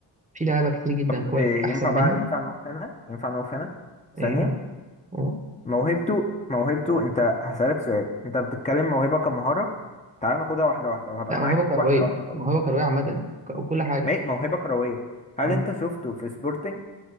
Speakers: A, on the right; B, on the left.
A: في لعيبة كتير جدا
B: طب
A: كواليتي
B: إيه
A: أحسن
B: ينفع
A: منه
B: بقى ينفع نقف هنا ينفع نقف هنا
A: آه،
B: ثانية
A: و- و-
B: موهبته موهبته انت هسألك سؤال انت بتتكلم موهبة كمهارة تعال ناخدها واحدة واحدة وهبقى
A: لا
B: معاك
A: موهبة كروية
B: واحدة واحدة خالص
A: موهبة كروية عامة ك- وكل حاجة
B: ما- موهبة كروية هل
A: اه
B: انت شفته في سبورتنج